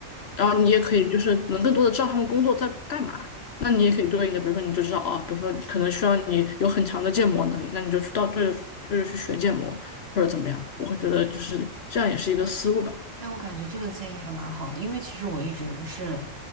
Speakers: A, on the left; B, on the right.
A: 然后你也可以就是能更多的知道他们工作在干嘛。那你也可以对应的，比如说你就知道啊，比如说你可能需要你有很强的建模能力，那你就去到对着对着去学建模或者怎么样。我会觉得就是这样也是一个思路吧。
B: 哎，我感觉这个建议还蛮好的，因为其实我一直是，